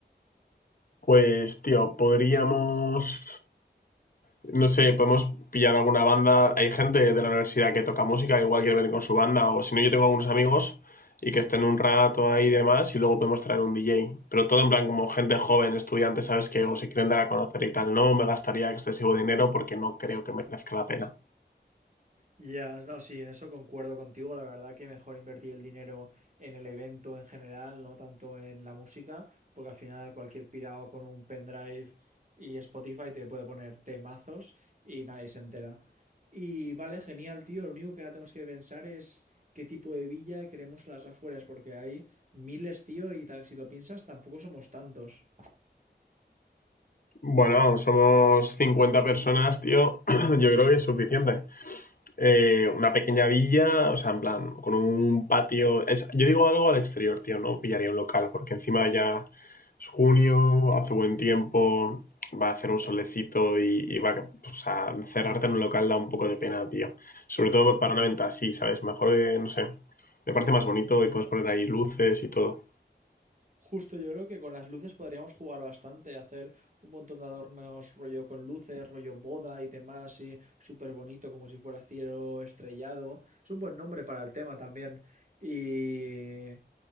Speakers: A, on the left; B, on the right.
A: Pues, tío, podríamos. No sé, podemos pillar alguna banda. Hay gente de la universidad que toca música, igual quiere venir con su banda, o si no, yo tengo algunos amigos y que estén un rato ahí y demás, y luego podemos traer un DJ. Pero todo en plan como gente joven, estudiantes, ¿sabes? Que o si quieren dar a conocer y tal, no me gastaría excesivo dinero porque no creo que merezca la pena.
B: Ya, no, sí, en eso concuerdo contigo. La verdad que mejor invertir el dinero en el evento en general, no tanto en la música, porque al final cualquier pirado con un pendrive y Spotify te puede poner temazos y nadie se entera. Y vale, genial, tío. Lo único que ahora tenemos que pensar es qué tipo de villa queremos a las afueras, porque hay miles, tío, y tal, si lo piensas, tampoco somos tantos.
A: Bueno, somos 50 personas, tío. <clears throat> Yo creo que es suficiente. Eh, una pequeña villa, o sea, en plan, con un patio. es- yo digo algo al exterior, tío, no pillaría un local, porque encima ya es junio, hace buen tiempo, va a hacer un solecito y, y va a. O sea, encerrarte en un local da un poco de pena, tío. Sobre todo para una venta así, ¿sabes? Mejor, eh, no sé. Me parece más bonito y puedes poner ahí luces y todo.
B: Justo yo creo que con las luces podríamos jugar bastante, hacer un montón de adornos rollo con luces, rollo boda y demás, y súper bonito, como si fuera cielo estrellado. Es un buen nombre para el tema también. Y,